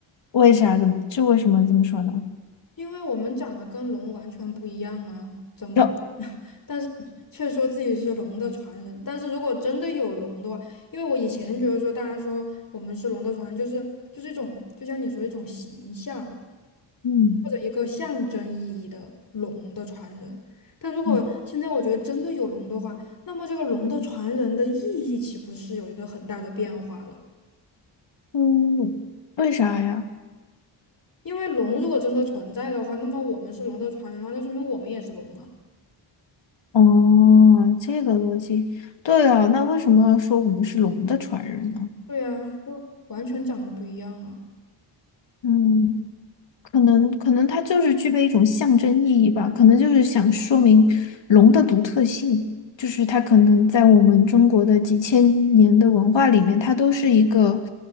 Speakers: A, on the left; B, on the left.
A: 为啥？怎么？这为什么这么说呢？
B: 因为我们长得跟龙完全不一样啊，怎么？
A: 哟，
B: <laughs> 但是却说自己是龙的传人。但是如果真的有龙的话，因为我以前觉得说大家说我们是龙的传人，就是就是一种，就像你说一种形象
A: 嗯。
B: 或者一个象征意义的龙的传人。但如果现在我觉得真的有龙的话，
A: 嗯
B: 那么这个龙的传人的意义岂不是有一个很大的变化了？
A: 嗯，为啥呀？
B: 因为龙如果真的存在的话，那么我们是龙的传人的话，那说明我们也是龙啊。
A: 哦，这个逻辑，对啊，那为什么要说我们是龙的传人呢？
B: 对呀，就完全长得不一样啊。
A: 嗯，可能可能它就是具备一种象征意义吧，可能就是想说明龙的独特性，就是它可能在我们中国的几千年的文化里面，它都是一个